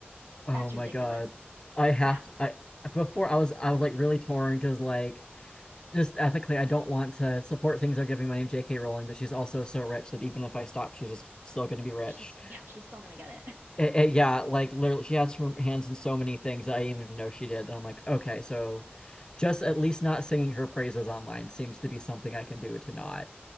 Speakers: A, on the left; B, on the right.
A: Oh
B: that's
A: my
B: ridiculous.
A: God. I have
B: Yeah.
A: to, I before I was I was like really torn because like just ethically I don't want to support things they're giving my J.K. Rowling, but she's also so rich that even if I stop, she's just still going to be rich.
B: She's yeah, she's still gonna get it. <laughs>
A: Eh, eh, yeah, like literally, she has her hands in so many things that I didn't even know she did. And I'm like, okay, so just at least not singing her praises online seems to be something I can do to not